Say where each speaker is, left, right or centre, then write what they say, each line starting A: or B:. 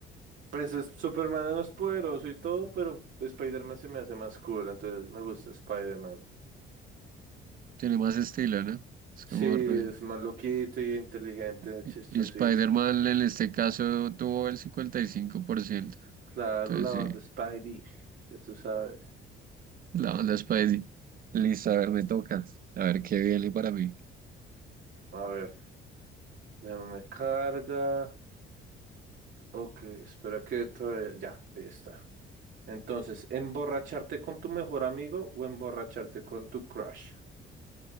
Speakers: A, on the right (about 65°); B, on the right (about 45°).
A: Pues es, Superman no es poderoso y todo, pero Spider-Man se me hace más cool, entonces me gusta Spider-Man.
B: Tiene más estilo, ¿no? Es
A: Sí,
B: como...
A: es
B: re-
A: más loquito y inteligente,
B: Y
A: chistosito.
B: y Spider-Man en este caso tuvo el cincuenta y cinco por ciento
A: Claro,
B: Entonces
A: la banda
B: sí,
A: Spidey, ya tú sabes.
B: la onda Spidey. Listo, a ver, me toca. A ver, qué viene para mí.
A: A ver, déjame me carga. Ok, espera que todavía... Ya, ahí está. Entonces, ¿emborracharte con tu mejor amigo o emborracharte con tu crush?